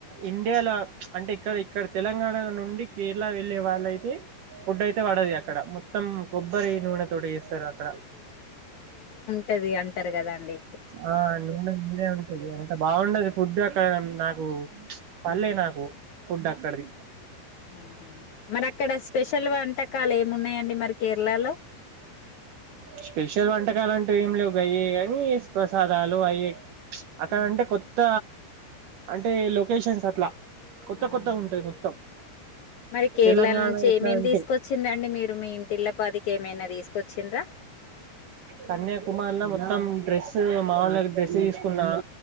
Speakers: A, on the right (about 65°); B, on the left (about 65°).
A: ఇండియాలో అంటే ఇక్కడ ఇక్కడ తెలంగాణ నుండి కేరళ వెళ్ళే వాళ్ళైతే ఫుడ్ అయితే పడది అక్కడ మొత్తం కొబ్బరి నూనె తోటి చేస్తారు అక్కడ
B: టది అంటారు కదండి
A: ఆ నూనె నూనే ఉంటది అంత బాగుండది ఫుడ్ అక్కడ నాకు పల్లేె
B: ఉమ్.
A: నాకు ఫుడ్ అక్కడది
B: ఆహా మరి అక్కడ స్పెషల్ వంటకాలు ఏమిన్నాయండి మరి కేరళలో
A: స్పెషల్ వంటకాలు అంటూ ఏం లేవు గాయే గానీ ప్రసాదాలు అయే అక్కడంటే
B: ఉమ్.
A: కొత్త అంటే లొకేషన్స్ అట్లా కొత్త
B: ఆహా
A: కొత్త ఉంటాయి మొత్తం
B: మరి కేరళా
A: తెలంగాణ
B: నుంచి
A: ఎట్లా
B: ఏమేమి
A: అంటే
B: తీసుకొచ్చిందండి మీరు మీ ఇంటిళ్ల పదికి ఏమైనా తీసుకొచ్చింరా
A: కన్యాకుమార్ల మొత్తం, డ్రెస్ మావొళ్లకి డ్రెస్ తీసుకున్నా.